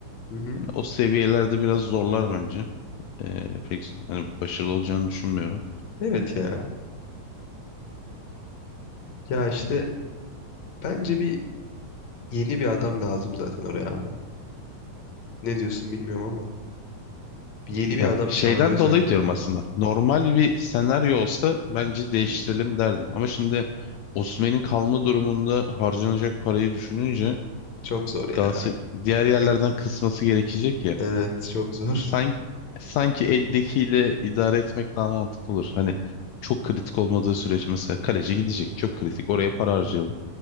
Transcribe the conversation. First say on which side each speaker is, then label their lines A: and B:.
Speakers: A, on the left; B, on the left.
A: Hı hı.
B: hani o seviyelerde biraz zorlar bence. Ee, pek hani başarılı olacağını düşünmüyorum.
A: Evet ya. Ya işte bence bir yeni bir adam lazım zaten oraya abi. Ne diyorsun bilmiyorum ama. Bir yeni bir
B: Ya
A: adam
B: şeyden
A: çağırıyor sanki
B: dolayı diyorum
A: oraya.
B: aslında. Normal bir senaryo olsa bence
A: Hı
B: değiştirelim
A: hı.
B: derdim. Ama şimdi Osimhen'in kalma durumunda harcanacak parayı düşününce
A: Çok zor
B: Galatasaray
A: ya.
B: diğer yerlerden kısması gerekecek ya.
A: Evet çok zor.
B: Sanki,
A: <laughs>
B: sanki eldekiyle idare etmek daha mantıklı olur. Hani çok kritik olmadığı sürece mesela kaleci gidecek. Çok kritik. Oraya para harcayalım.